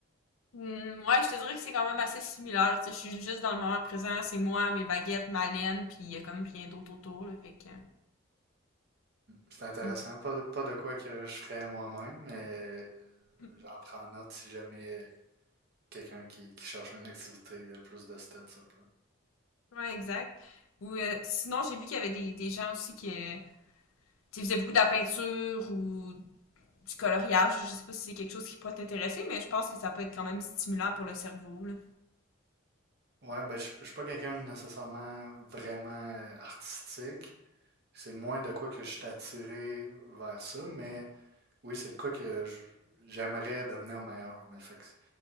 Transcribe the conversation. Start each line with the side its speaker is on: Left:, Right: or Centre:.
Left: Hmm, ouais, je te dirais que c'est quand même assez similaire. Tu sais, je suis juste dans le moment présent, c'est moi, mes baguettes, ma laine, puis il y a comme rien d'autre autour, là, fait que...
Right: C'est intéressant,
Left: hmm,
Right: pas de, pas de quoi que je ferais moi-même, mais euh,
Left: hmm.
Right: j'en prends note si jamais quelqu'un qui, qui cherche une activité euh, plus de ce type.
Left: Ouais, exact. Ou euh, sinon, j'ai vu qu'il y avait des, des gens aussi qui euh, tu sais, faisaient beaucoup de la peinture ou du coloriage. Je sais pas si c'est quelque chose qui pourrait t'intéresser, mais je pense que ça peut être quand même stimulant pour le cerveau, là.
Right: Ouais, ben, je je suis pas quelqu'un de nécessairement vraiment euh, artistique. C'est moins de quoi que je suis attiré vers ça, mais oui, c'est de quoi que je- j'aimerais devenir meilleur. Mais fait que c'est